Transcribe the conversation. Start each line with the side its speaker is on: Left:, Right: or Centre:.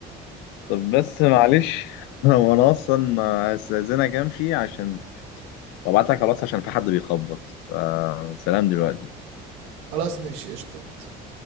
Left: طب بس معلش <laughs> هو انا اصلا هستأذنك امشي عشان وابعت لك خلاص عشان في حد بيخبط فسلام دلوقتي
Right: خلاص ماشي قشطة